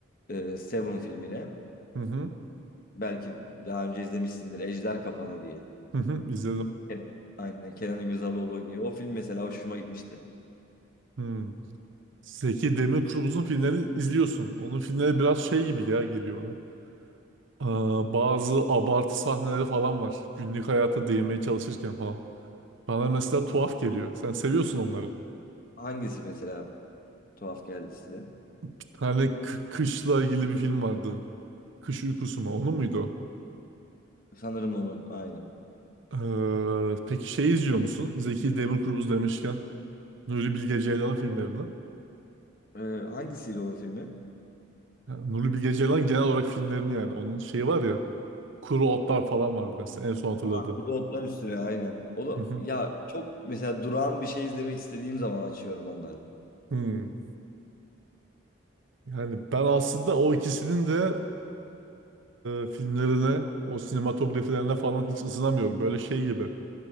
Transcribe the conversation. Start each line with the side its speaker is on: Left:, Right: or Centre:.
Left: E, Seven filmine.
Right: Hı hı.
Left: Belki daha önce izlemişsindir. Ejder Kapanı diye.
Right: Hı hı. izledim.
Left: Evet. Aynen. Kenan İmirzalıoğlu oynuyor. O film mesela hoşuma gitmişti.
Right: Hı. Zeki Demirkubuz'un filmlerini izliyorsun. Onun filmleri biraz şey gibi ya geliyor bana. Aa, bazı abartı sahneleri falan var. Günlük hayata değinmeye çalışırken falan. Bana mesela tuhaf geliyor. Sen seviyorsun onları.
Left: Hangisi mesela? Tuhaf geldi size.
Right: Bir tane kı- kışla ilgili bir film vardı. Kış uykusu mu? Onu muydu o?
Left: Sanırım onun aynen.
Right: Ee, peki şey izliyor musun? Zeki Demirkubuz demişken Nuri Bilge Ceylan filmlerini.
Left: Ee, hangisiyle onun filmi?
Right: Ya, Nuri Bilge Ceylan genel olarak filmlerini yani. Onun şeyi var ya. Kuru Otlar falan vardı mesela en son hatırladığım.
Left: Aha, Kuru Otlar Üstüne aynen. O da
Right: Hı hı.
Left: ya çok mesela durağan bir şey izlemek istediğim zaman açıyorum onları.
Right: Hmm. Yani ben aslında o ikisinin de e, filmlerine, o sinematografilerine falan hiç ısınamıyorum. Böyle şey gibi.